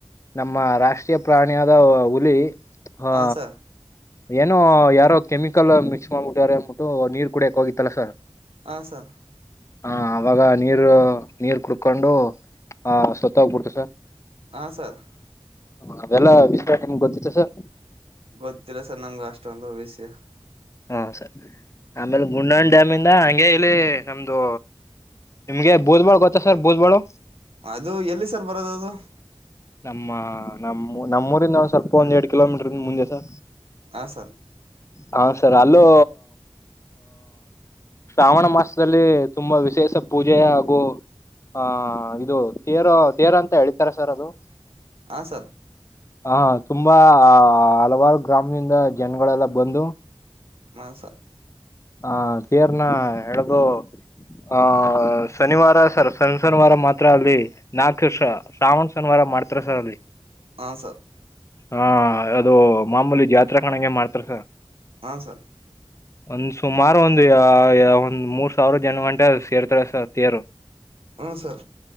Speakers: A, on the left; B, on the right.
A: ನಮ್ಮ ರಾಷ್ಟ್ರೀಯ ಪ್ರಾಣಿಯಾದ ಹುಲಿ ಹ
B: ಹಾಂ ಸರ್
A: ಏನೋ ಯಾರೋ ಕೆಮಿಕಲ್ ಮಿಕ್ಸ್ ಮಾಡ್ಬಿಟ್ಟಾರ ಅನ್ಬಿಟ್ಟು ನೀರ್ ಕುೂಡ ಯಾಕ ಹೋಗಿತ್ತಲ್ಲಾ ಸರ್
B: ಹ ಸರ್
A: ಹಾ ಅವಾಗ ನೀರು ನೀರ್ ಕುಡ್ಕೊಂಡು ಆ ಸತ್ತೋಗಬಿಡ್ತ ಸರ್
B: ಹಾ ಸರ್
A: ಹ ಅದೆಲ್ಲಾ ವಿಸ್ರ ನಿಮಗ್ ಗೊತ್ತಿತ್ತು ಸ
B: ಗೊತ್ತಿಲ್ಲ ಸರ್ ನಮ್ಗ ಅಷ್ಟೊಂದು ವಿಷ್ಯ
A: ಹಾ ಸರ್ ಆಮೇಲೆ ಗುಂಡಾಣಿ ಡ್ಯಾಮ ಇಂದ ಹಗೆ ಇಲ್ಲಿ ನಮ್ದು ನಿಮ್ಗೆ ಬುದ್ಬಳು ಗೊತ್ತಾ ಸರ್ ಬೋದ್ಬಾಳು
B: ಅದು ಎಲ್ಲಿ ಸರ್ ಬರೋದ ಅದು
A: ನಮ್ಮ ನಮ್ಮ ನಮ್ಮೂರಿಂದ ಸ್ವಲ್ಪ ಒಂದ್ ಎರಡ್ ಕಿಲೋಮೀಟರ್ಂದ ಮುಂಜೆ ಸ
B: ಹ ಸರ್
A: ಹ ಸರ್ ಅಲ್ಲೋ ಶ್ರಾವಣ ಮಾಸದಲ್ಲಿ ತುಂಬಾ ವಿಶೇಷ ಪೂಜೆ ಹಾಗೂ ಹ ಇದು ತೇರು ತೇರ ಅಂತ ಹತಾರೆ ಸರ್ ಅದು
B: ಹ ಸರ್
A: ಹ ತುಂಬಾ ಆ ಹಲವಾರು ಗ್ರಾಮದಿಂದ ಜನಗಳೆಲ್ಲ ಬಂದು
B: ಮಾಸ
A: ಹ ತೀರ್ನ ಎಳ್ದ ಆ ಶನಿವಾರ ಸರ್ ಶನಿವಾರ ಮಾತ್ರ ಅಲ್ಲಿ ನಾಕು ವರ್ಷ ಶ್ರಾವಣ್ ಶನಿವಾರ ಮಾಡ್ತಾರ ಸರ್ ಅಲ್ಲಿ
B: ಹ ಸರ್
A: ಹಾ ಅದು ಮಾಮೂಲಿ ಜಾತ್ ಕಣಂಗಗೆ ಮಾಡ್ತಾರಸ
B: ಹಾ ಸರ್
A: ಒಂದುಸ ಸುಮಾರು ಒಂದು ಒಂದ್ ಮೂರ್ ಸಾವಿರ ಜನ ಗಂಟೆ ಸೇರ್ತಾರೆ ಸ ತೇರು
B: ಹ ಸರ್